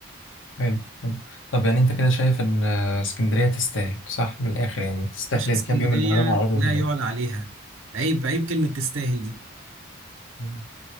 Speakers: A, on the left; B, on the right.
A: حلو حلو طب يعني انت كده شايف ان آه، اسكندريه تستاهل صح من الاخر يعني تستاهل
B: باشا اسكندرية
A: الكام يوم اللي هروح اقعدهم
B: لا يعلى عليها عيب عيب كلمة تستاهل دي
A: هناك